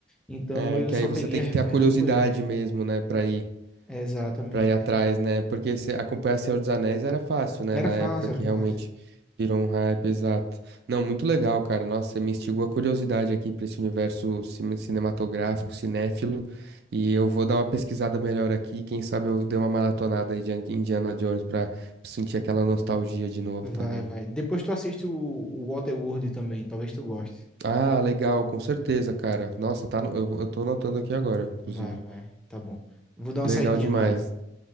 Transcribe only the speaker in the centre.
Então
eu
só
peguei
a
referência
por eles.
Exatamente.
Era
fácil,
era fácil.
Vai,
vai. Depois tu assiste o, o Waterworld também, talvez tu goste.
Vai, vai. Tá bom. Vou dar uma
saidinha
agora.